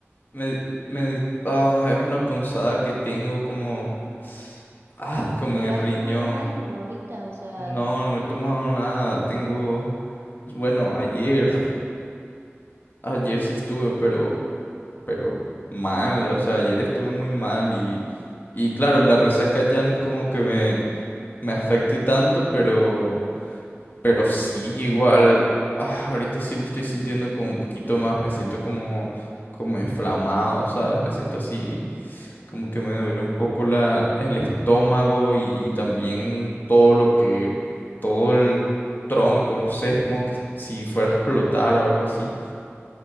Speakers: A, on the left; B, on the right.
A: me, me, ah, es una punzada que tengo como, ah, como
B: pero
A: en el
B: has
A: riñón.
B: tomado algo ahorita, o sea,
A: No, no he tomado nada, tengo... Bueno, ayer, <laughs> ayer sí estuve, pero, pero mal, o sea, ayer estuve muy mal y, y claro, la resaca ya no es como que me, me afecte tanto, pero, pero sí, igual, ah, ahorita sí lo estoy sintiendo como un poquito más, me siento como, como inflamado, ¿sabes? Me siento así, como que me duele un poco la, el estómago y, y también todo lo que, todo el tronco, no sé, es como que si fuera a explotar o algo así.